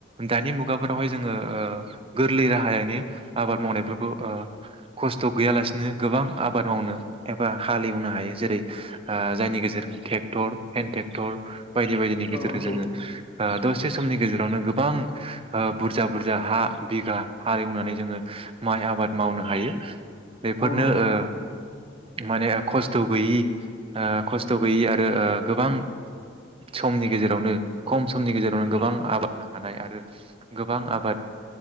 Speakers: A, on the right (about 30°); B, on the left (about 45°).
A: दानि मुगाफोरावहाय जोङो ओ गोरलै राहायानि आबाद मावनायफोरखौ खस्थ' गैयालासिनो गोबां आबाद मावनो एबा हालेवनो हायो जेरै ओ जायनि गेजेरजों ट्रेक्टर हेन्द ट्रेक्टर बायदि बायदिनि
B: औ
A: गेजेरजों
B: नंगौ नोंथां औ नंगौ
A: जोङो ओ दस से समनि गेजेरावनो गोबां ओ बुरजा बुरजा हा बिघा हा एवनानै जोङो माइ आबाद मावनो हायो। बेफोरनो
B: औ नंगौ नोंथां
A: ओ माने खस्थ' गैयि ओ खस्थ' गैयि आरो ओ गोबां समनि गेजेरावनो खम समनि गेजेरावनो गोबां आबाद मावनो हानाय आरो गोबां आबाद